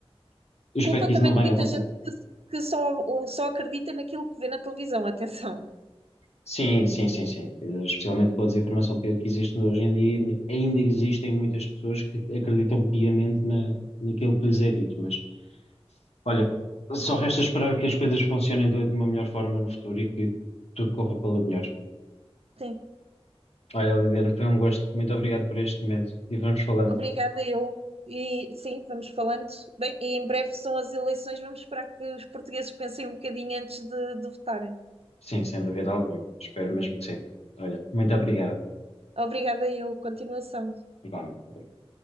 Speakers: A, on the left; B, on the right.
A: eu espero
B: Culpa
A: que
B: também
A: isso não venha
B: de muita
A: a acontecer.
B: gente que, que só, ou só acredita naquilo que vê na televisão, atenção.
A: Sim, sim, sim, sim. Eh, Especialmente com a desinformação que, que existe hoje em dia, ainda existem muitas pessoas que acreditam piamente na, naquilo que lhes é dito. Mas, olha, só resta esperar que as coisas funcionem de, de uma melhor forma no futuro e que tudo corra pelo melhor.
B: Sim,
A: Olha, Liliana, foi um gosto. Muito obrigado por este momento e vamos falando.
B: obrigada eu. E sim, vamos falando. Bem, e em breve são as eleições, vamos esperar que os portugueses pensem um bocadinho antes de, de votarem.
A: Sim, sem dúvida alguma. Espero mesmo que sim. Olha, muito obrigado.
B: Obrigada eu. Continuação.
A: Igualmente. Obrigado.